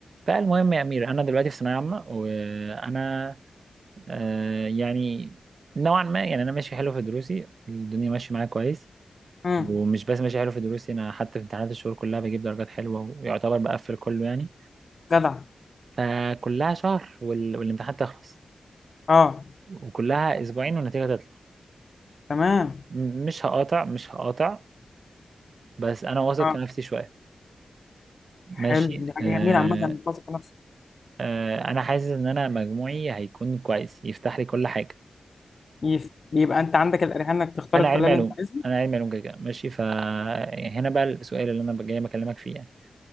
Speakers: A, on the right; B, on the left.
A: فالمهم يا أمير أنا دلوقتي في ثانوية عامة وأنا آه، يعني نوعا ما يعني أنا ماشي حلو في دروسي الدنيا ماشية معايا كويس
B: امم
A: ومش بس ماشي حلو في دروسي أنا حتى في امتحانات الشهور كلها بجيب درجات حلوة ويعتبر بقفل كله يعني
B: جدع
A: فكلها شهر وال... والامتحان تخلص
B: اه
A: وكلها أسبوعين والنتيجة تطلع
B: تمام
A: م- مش هقاطع مش هقاطع بس أنا واثق
B: اه
A: في نفسي شوية ماشي
B: حلو دي حاجه
A: آه
B: جميله عامه انك تثق نفسك
A: آه أنا حاسس إن أنا مجموعي هيكون كويس يفتح لي كل حاجة
B: يف- يبقى انت عندك الاريحيه انك تختار
A: انا
B: الكليه
A: علمي
B: اللي
A: علوم
B: انت عايزها
A: انا علمي علوم كده كده، ماشي فهنا بقى السؤال اللي انا جاي بكلمك فيه يعني